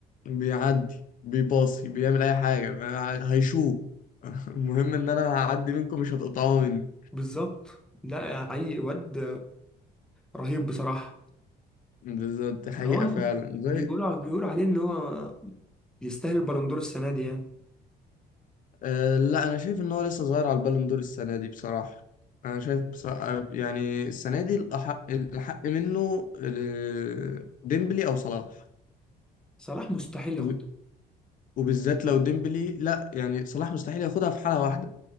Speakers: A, on the left (about 50°); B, in the centre.
A: بيعدي بيباصي بيعمل اي حاجه ما- هيشوط <laughs> المهم ان انا هعدي منكم مش هتقطعوا مني
B: بالظبط لا عي واد رهيب بصراحة
A: بالظبط دي حقيقة
B: ما هو
A: فعلا زي
B: بيقولوا بيقولوا عليه ان هو يستاهل البالندور السنة دي يعني
A: أه لا انا شايف ان هو لسه صغير على البالون دور السنه دي بصراحه انا شايف بصراحة يعني السنه دي الاحق الاحق منه ال- ديمبلي او صلاح
B: صلاح مستحيل ياخدها
A: وب- وبالذات لو ديمبلي لا يعني صلاح مستحيل ياخدها في حاله واحده